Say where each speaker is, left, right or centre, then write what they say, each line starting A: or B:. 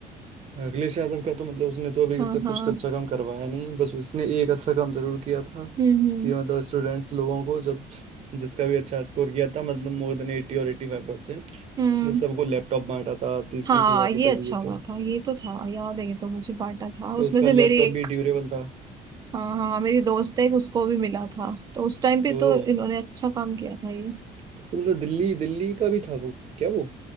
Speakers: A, on the right; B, on the right.
A: अखिलेश यादव का तो मतलब उसने तो अभी
B: हाँ
A: तक
B: हाँ
A: कुछ अच्छा काम करवाया नहीं बस उसने एक अच्छा काम जरूर किया था
B: हम्म हम्म
A: कि मतलब स्टूडेंट्स लोगों को जब जिसका भी अच्छा स्कोर किया था मतलब मोर देन एट्टी और एट्टी फाइव परसेंट
B: हम्म
A: सबको लैपटॉप बांटा था तीस
B: हाँ
A: तीस हजार
B: ये
A: रुपए दिए
B: अच्छा हुआ
A: थे
B: था ये तो था याद है ये तो मुझे बांटा था उसमें
A: उसका
B: से मेरी
A: लैपटॉप
B: एक
A: भी ड्यूरेबल था
B: हाँ हाँ मेरी दोस्त है एक उसको भी मिला था तो उस टाइम पे
A: ओ
B: तो इन्होंने अच्छा काम किया था ये
A: तो मतलब दिल्ली दिल्ली का भी था वो क्या वो